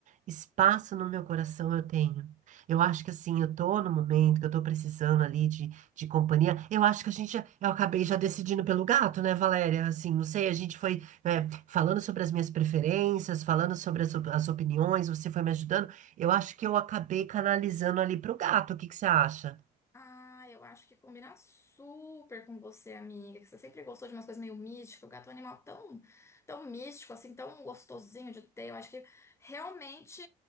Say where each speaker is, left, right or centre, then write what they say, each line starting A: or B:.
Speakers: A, on the right; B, on the left.
A: Espaço no meu coração eu tenho. Eu acho que assim, eu tô no momento que eu tô precisando ali de, de companhia. Eu acho que a gente, já- eu acabei já decidindo pelo gato, né, Valéria? Assim, não sei, a gente foi, é, falando sobre as minhas preferências, falando sobre as, op- as opiniões, você foi me ajudando. Eu acho que eu acabei canalizando ali pro gato. O que que você acha?
B: Ah, eu acho que combina super com você, amiga, que você sempre gostou de umas coisas meio místicas. O gato é um animal tão, tão místico, assim, tão gostosinho de ter. Eu acho que realmente